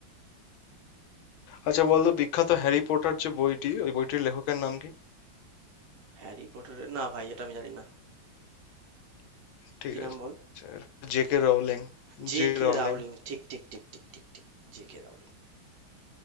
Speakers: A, on the left (about 75°); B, on the right (about 70°).
A: আচ্ছা বলতো বিখ্যাত হ্যারি পটার যে বইটি ওই বইটির লেখকের নাম কি
B: হ্যারি পটারের না ভাই এটা আমি জানি না
A: ঠিক
B: কি নাম
A: আছে
B: বল
A: J K Rowling
B: জে
A: J K
B: কে
A: Rowling
B: রাউলিং ঠিক ঠিক ঠিক ঠিক ঠিক ঠিক J K Rowling